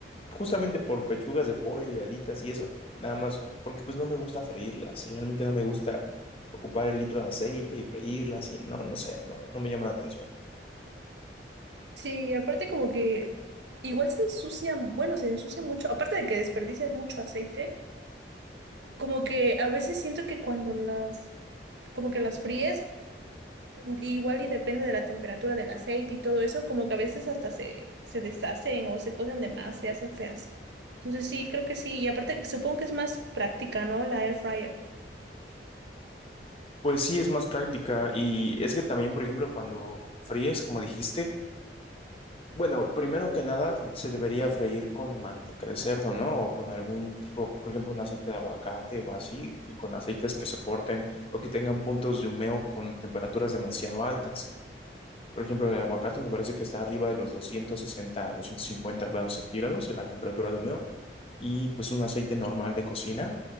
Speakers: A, on the left; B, on the right.
A: justamente por pechugas de pollo y alitas y eso, nada más, porque pues no me gusta freírlas, realmente no me gusta ocupar el litro de aceite y freírlas y no, no sé, no, no me llama la atención.
B: Sí, aparte como que igual se ensucia, bueno, se ensucia mucho, aparte de que desperdicias mucho aceite, como que a veces siento que cuando las, como que las fríes, Igual y depende de la temperatura del aceite y todo eso, como que a veces hasta se, se deshacen o se cocen de más, se hacen feas. Entonces sí, creo que sí. Y aparte, supongo que es más práctica, ¿no? La air fryer.
A: Pues sí, es más práctica y es que también, por ejemplo, cuando fríes, como dijiste, Bueno, primero que nada, se debería freír con manteca de cerdo, ¿no? O con algún tipo, por ejemplo, un aceite de aguacate o así, que- con aceites que soporten o que tengan puntos de humeo con temperaturas demasiado altas. Por ejemplo, el aguacate me parece que está arriba de los 260, 250 grados centígrados en la temperatura de humeo y pues un aceite normal de cocina.